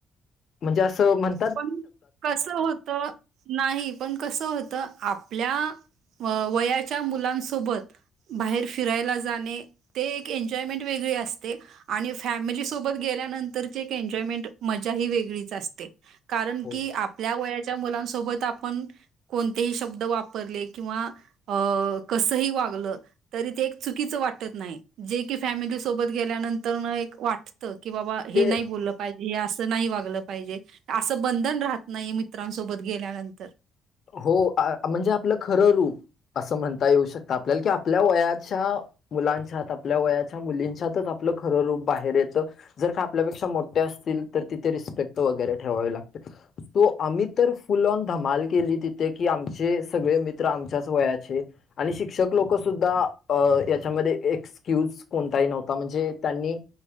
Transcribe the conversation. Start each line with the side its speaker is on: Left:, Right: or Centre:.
Left: म्हणजे असं म्हण
Right: पण कस होत. नाही पण कसं होतं आपल्या वयाच्या मुलांसोबत बाहेर फिरायला जाणे ते एक एन्जॉयमेंट वेगळी असते. आणि फॅमिली सोबत गेल्यानंतरची एक एन्जॉयमेंट मजा ही वेगळीच असते. कारण
Left: हो
Right: की आपल्या वयाच्या मुलांसोबत आपण कोणतेही शब्द वापरले किंवा अ कसही वागलं. तरी ते एक चुकीच वाटत नाही जे की, फॅमिली सोबत गेल्यानंतर एक वाट त की बाबा हे
Left: ते
Right: नाही बोललं पाहिजे हे असं नाही वागलं पाहिजे. असं बंधन राहत नाही मित्रांसोबत गेल्यानंतर
Left: हो म्हणजे आपलं खरं रूप असं म्हणता येऊ शकत. आपल्याला की आपल्या वयाच्या मुलांच्यात आपल्या वयाच्या मुलींच्यातच आपलं खर रूप बाहेर येत. जर का आपल्यापेक्षा मोठे असतील तर तिथे रिस्पेक्ट वगैरे ठेवावे. तो आम्ही तर फुल ऑन धमाल केली. तिथे की आमचे सगळे मित्र आमच्याच वयाचे आणि शिक्षक लोकसुद्धा अ याच्यामध्ये एक स्क्यूज कोणताही नव्हता म्हणजे त्यांनी